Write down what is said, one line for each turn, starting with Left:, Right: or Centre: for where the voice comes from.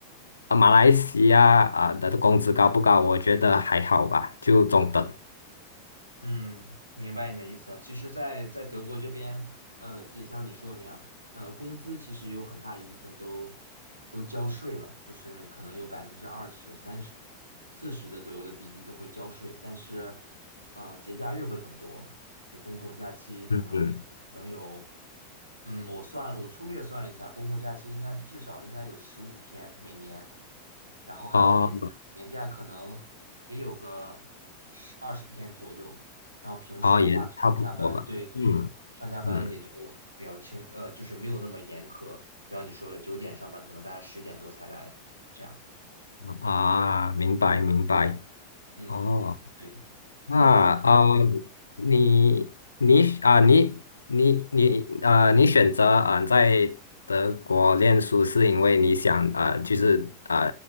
Left: 啊马来西亚啊的工资高不高？我觉得还好吧，就中等。
Right: 嗯，明白你的意思了。其实在，在德国这边，呃，也像你说的那样，呃，工资其实有很大一部分都都交税了，就是可能有百分之二十、三十、四十的左右的比例都会交税，但是，呃，节假日会很多，就是公共假期可能一年能有。
Left: 嗯嗯，
Right: 嗯，我算了，我粗略算了一下，公共假期应该至少应该有十五天每年，然后还有年年假可能也有个十二十天左右，
Left: 哦
Right: 然后平时的话上下班，
Left: 哦，也差不多吧。
Right: 对对，
Left: 嗯
Right: 上下班也就比较轻，
Left: 嗯
Right: 呃，就是没有那么严苛，就像你说的，九点上班，可能大家十点多才来，这样，
Left: 啊，明白明白。
Right: 嗯，
Left: 哦，
Right: 对，
Left: 那啊，
Right: 那
Left: 你你啊，你你你啊，你选择啊在德国念书，是因为你想啊，就是啊